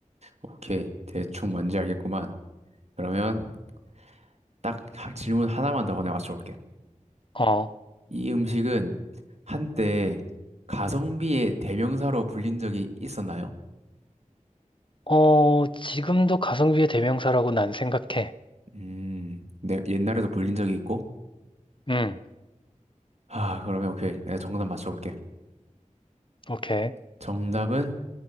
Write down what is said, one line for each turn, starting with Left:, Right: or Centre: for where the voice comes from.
Right: 오케이. 대충 뭔지 알겠구만. 그러면 딱 하- 질문 하나만 더 내가 맞춰볼게.
Left: 어,
Right: 이 음식은 한때 가성비의 대명사로 불린 적이 있었나요?
Left: 어, 지금도 가성비의 대명사라고 난 생각해.
Right: 음, 네, 옛날에도 불린 적이 있고.
Left: 응,
Right: 아, 그러면 오케이. 내가 정답 맞춰볼게.
Left: 오케이.
Right: 정답은